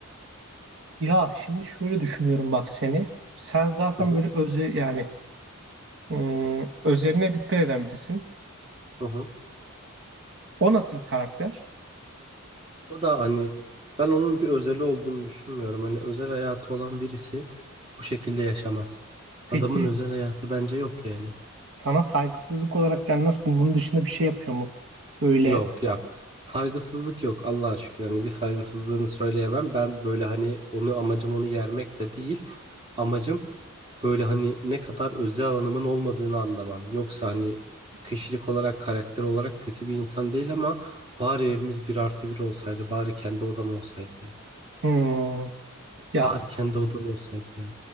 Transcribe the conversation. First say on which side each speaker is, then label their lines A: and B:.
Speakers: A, on the right; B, on the right.
A: ya şimdi şöyle düşünüyorum bak seni. Sen zaten
B: Hı hı.
A: böyle özel yani hmm, özeline dikkat eden birisin.
B: Hı hı.
A: O nasıl bir karakter?
B: O da hani ben onun bir özeli olduğunu düşünmüyorum. Hani özel hayatı olan birisi bu şekilde yaşamaz.
A: Peki
B: Adamın özel hayatı bence yok yani.
A: sana saygısızlık olarak yani nasıl diyeyim bunun dışında bir şey yapıyor mu? Böyle
B: Yok ya saygısızlık yok Allah'a şükür hani bir saygısızlığını söyleyemem ben böyle hani onu amacım onu yermek de değil amacım böyle hani ne kadar özel alanımın olmadığını anlaman yoksa hani kişilik olarak karakter olarak kötü bir insan değil ama bari evimiz bir artı bir olsaydı bari kendi odam olsaydı ya
A: hmm, ya
B: bari kendi odam olsaydı ya.